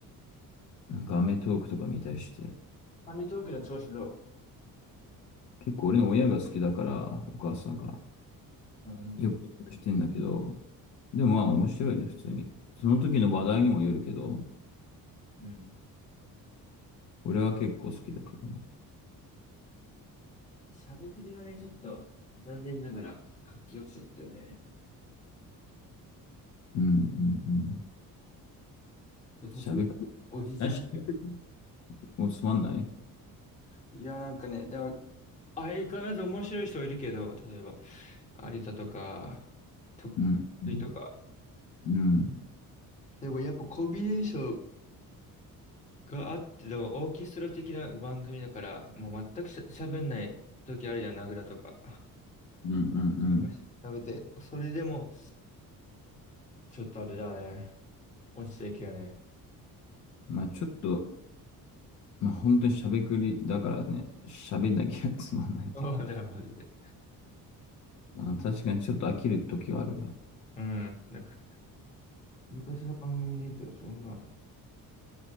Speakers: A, on the left; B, on the left.
A: なんかアメトーークとか見たりして。
B: アメトークの調子どう
A: 結構俺の親が好きだから、お母さんが。
B: あ、いいね。
A: よくしてんだけど、でもまあ面白いね、普通に。その時の話題にもよるけど、
B: うん。
A: 俺は結構好きだけどね。
B: しゃべくりはね、ちょっと、残念ながら、活気落ちちゃったよね。
A: うんうんうん。
B: 途中、
A: しゃべくり、
B: おじちゃん。
A: あ、しゃべくりもつまんない
B: いや、なんかね、でも、相変わらず面白い人いるけど、例えば、有田とか、と、
A: うんうん
B: とか。
A: うん
B: でもやっぱコンビネーションがあっての、オーケストラ的な番組だから、もう全くしゃ、喋んない時あるじゃん、名倉とか。
A: うんうん。
B: 昔食べて、それでも、ちょっとあれだね。落ちていくよね。
A: まあちょっと、まあ本当にしゃべくりだからね、
B: <laughs>
A: しゃべんなきゃつまんないというか、
B: そうだよ、マジで。
A: まあ確かにちょっと飽きる時はあるが。
B: うん。なんか昔の番組にいたらそんな